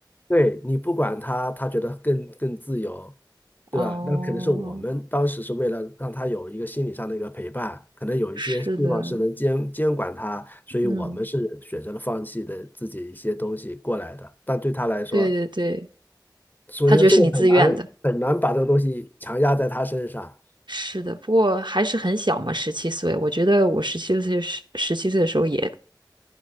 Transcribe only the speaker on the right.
哦，
是的，
嗯，
对对对，
他觉得是你自愿的，是的。不过还是很小嘛，十七岁，我觉得我十七岁时十七岁的时候也